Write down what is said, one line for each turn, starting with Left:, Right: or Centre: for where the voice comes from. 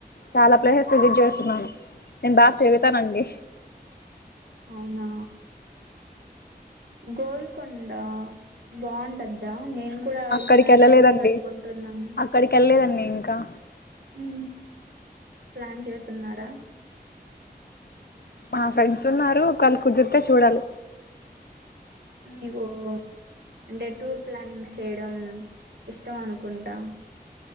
Left: చాలా ప్లేసెస్ విజిట్ చేస్తున్నాను నేను బాగా తిడతానండి.
Right: అవునా గోల్కొండ బావుండద్దా నే నేను కూడా
Left: అక్కడికి
Right: ఈసారి
Left: వెళ్ళలేదండి
Right: వెళ్ళాలనుకుంటున్నాను.
Left: అక్కడికి వెళ్ళలేదండి ఇంకా
Right: ఊ ప్లాన్ చేసున్నారా?
Left: మా ఫ్రెండ్స్ ఉన్నారు ఒకేల కుదిరితే చూడాలి.
Right: నీవూ చ్ అంటే టూర్ ప్లానింగ్స్ చేయడం ఇష్టం అనుకుంటా.